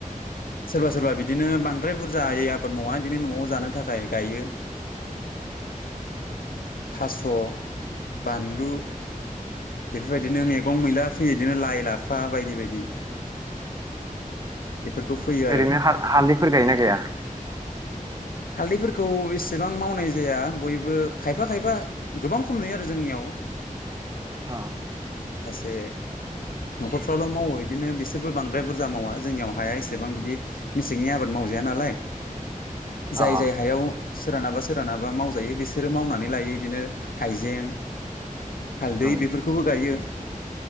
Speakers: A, on the left; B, on the right.
A: सोरबा सोरबा बिदिनो बांद्राय बुरजाायै आबाद मावा बिदिनो नआव जानो थाखाय गायो थास स, बानलु बेफोरबायदिनो मेगं मैला फैयो बिदिनो लाइ लाफा बायदि बायदि। बेफोरखौ फैयो आरो
B: ओरैनो हाल हालदैफोर गायो ना गाया?
A: हालदैफोरखौ एसेबां मावनाय जाया बयबो खायफा खायफा गोबां खम नुयो आरो जोंनियाव
B: औ
A: से नखरफ्रावाल मावो बिदिनो बिसोरबो बांद्राय बुरजा मावा जोंनियाव हाया एसेबां बिदि मेसेंनि आबाद मावजाया नालाय जाय
B: अ
A: जाय हायाव सोरानाबा सोरानाबा मावजायो बिसोरो मावनानै लायो बिदिनो हाइजें हालदै
B: उम
A: बिफोर गायो।